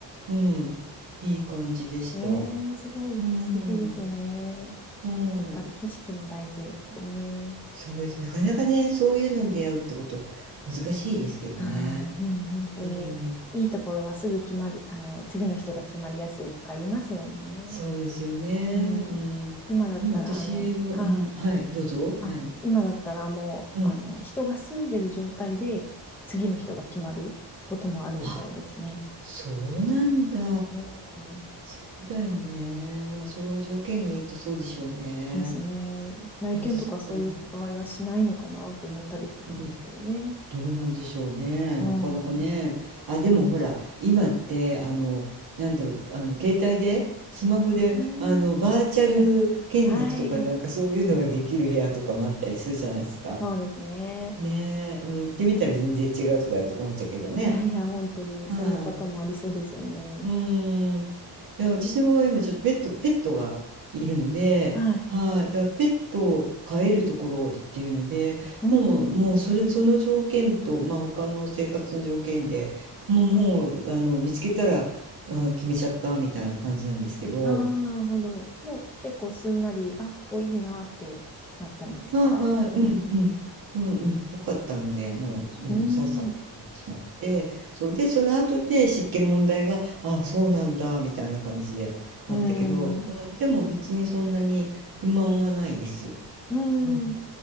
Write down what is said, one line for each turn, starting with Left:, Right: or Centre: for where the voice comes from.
Right: うん、いい感じでした。
Centre: えーすごい素敵ですね。
Right: うん、はい。
Centre: やっぱり景色も大事ですね。
Right: そうです。なかなかね、そういうのに出会うってこと、難しいですけどね。
Centre: はい、うん、本当に、
Right: うん、
Centre: いいところはすぐ決まり、あの、次の人が決まりやすいとか言いますもんね。
Right: そうですよね。
Centre: うん。
Right: うん、
Centre: 今だったら、
Right: 今私は、
Centre: あの、はい
Right: うん、はい、どうぞ、
Centre: あ、
Right: 何
Centre: 今だったらもう、
Right: うん。
Centre: あの、人が住んでる状態で次の人が決まることもあるみたいですね。
Right: あそうなんだ。
Centre: うん。
Right: そうだよね。まあ、昭条件がいいとそうでしょうね。
Centre: ですね。内見とかそういう場合はしないのかなと思ったりするんですけどね。
Right: 確かに。うん。どうなんでしょうね。
Centre: うん。
Right: なかなかね。
Centre: うん。
Right: あ、でもほら、今って、あの、なんだろう、あの、携帯で、スマホで、
Centre: オン
Right: あの、バーチャル見学とかなんかそういうのができる部屋とかもあったりするじゃないですか。
Centre: ライン。はい。そうですね。
Right: ねえ、うん、行ってみたら全然違うとかやると困っちゃうけどね。
Centre: いやいや、本当にそういうパターンもありそうですよね。
Right: はい。うーん。いや、私の場合、今ちょっとペット、ペットがいるので、
Centre: はい。
Right: はい。だからペットを飼えるところっていうので、
Centre: うん。
Right: もう、もうそれ、その条件と、まあ他の生活の条件でもう、もう、あの、見つけたら、あ、決めちゃったみたいな感じなんですけど、
Centre: ああ、なるほど。もう結構すんなり、あ、ここいいなってなったんですか
Right: はいはい、うんうん、うんうん、良かったので、もう、うん、
Centre: うん。
Right: さっさと決めてしまって、そうで、その後で湿気の問題が、ああ、そうなんだ、みたいな感じであったけど、
Centre: うん。う
Right: うん、でも別にそんなに不満はないです。
Centre: ん。
Right: うん、